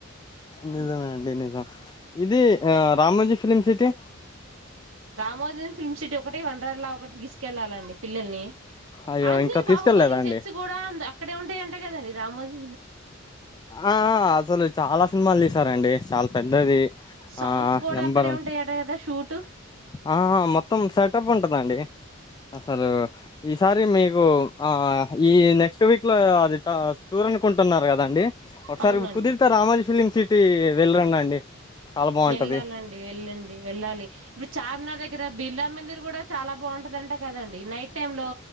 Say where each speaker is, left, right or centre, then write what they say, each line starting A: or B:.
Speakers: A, on the left; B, on the right.
A: నిజమే <unintelligible> ఇది Ramoji film city
B: Ramoji film city ఒకటి వండర్లా ఒకటికి తీసుకెళ్లాలండి పిల్లల్ని
A: అయ్యో
B: అన్నీ
A: ఇంకా తీసుకెళ్లేదా
B: బాహుబలి
A: అండి
B: సెట్స్ కూడా అక్కడే ఉంటాయంటే కదండి రామోజి
A: ఆ అసలు చాలా సినిమాలు తీసారంండి చాలా పెద్దది
B: సాంగ్స్
A: ఆ
B: కూడా
A: నెంబర్
B: అక్కడే ఉంటాయట కదా షూట్
A: ఆ మొత్తం సెటప్ ఉంటదండి అసలు ఈసారి మీ కు ఆ ఈ నెక్స్ట్ వీక్ లో అది <unintelligible> ఉంటున్నారు కదండి ఒకసారి
B: అవునండి
A: కుదిరితే రామోజీ ఫిలిం సిటీ వెళ్ళిరండి అండి చాలా బాగుంటది
B: వెళ్ళాలండి వెళ్ళండి వెళ్ళాలి ఇప్పుడు చార్మినార్ దగ్గర బిర్లా మందిర్ కూడా చాలా బాగుంటుంది అంట కదండి నైట్ టైమ్ లో